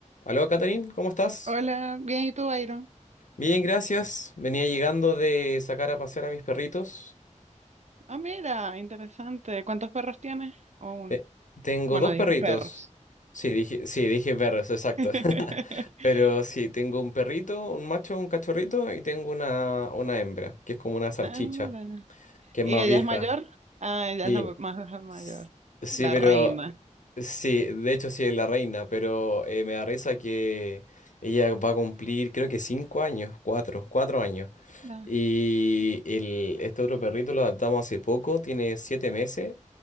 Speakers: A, on the left; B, on the right.
A: Aló, Catherine, ¿cómo estás?
B: Hola, bien, ¿y tú, Byron?
A: Bien, gracias. Venía llegando de sacar a pasear a mis perritos.
B: Ah, mira, interesante. ¿Cuántos perros tienes? O uno.
A: Eh, tengo
B: Bueno,
A: dos
B: dijiste
A: perritos.
B: perros.
A: Sí, dije, sí, dije perros, exacto.
B: <laughs>
A: <laughs> Pero sí, tengo un perrito, un macho, un cachorrito y tengo una, una hembra, que es como una salchicha,
B: Ah, mira.
A: que
B: ¿Y
A: es más
B: ella
A: vieja.
B: es mayor? Ah, ella
A: Sí.
B: es la más mayor,
A: S- Sí,
B: la
A: pero
B: reina.
A: Sí, de hecho sí es la reina, pero eh, me da risa que ella va a cumplir creo que cinco años, cuatro, cuatro años.
B: Ah.
A: Y el, este otro perrito lo adoptamos hace poco, tiene siete meses